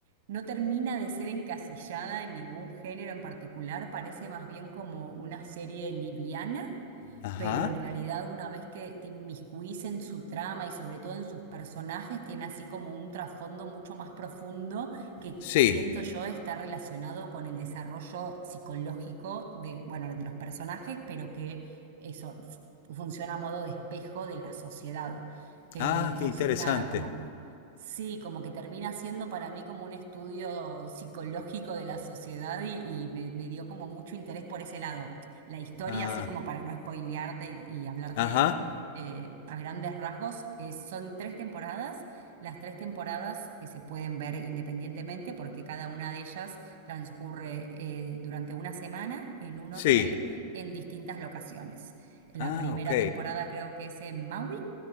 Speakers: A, on the right (about 55°); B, on the left (about 50°).
A: no termina de ser encasillada en ningún género en particular. Parece más bien como una serie liviana
B: Ajá.
A: pero en realidad una vez que te inmiscuís en su trama y sobre todo en sus personajes, tiene así como un trasfondo mucho más profundo que
B: Sí.
A: siento yo está relacionado con el desarrollo psicológico de, bueno, de los personajes, pero que eso f- funciona a modo de espejo de la sociedad. Eh,
B: Ah,
A: entonces,
B: qué interesante.
A: nada, como... Sí, como que termina siendo para mí como un estudio psicológico de la sociedad y, y me me dio como mucho interés por ese lado. La historia,
B: Ah,
A: así como para no spoilearte y, y hablarte
B: ajá.
A: eh, a grandes rasgos, es- son tres temporadas. Las tres temporadas eh, se pueden ver independientemente porque cada una de ellas transcurre eh, durante una semana en un
B: Sí.
A: hotel en distintas locaciones. La
B: Ah,
A: primera
B: ok.
A: temporada creo que es en Maui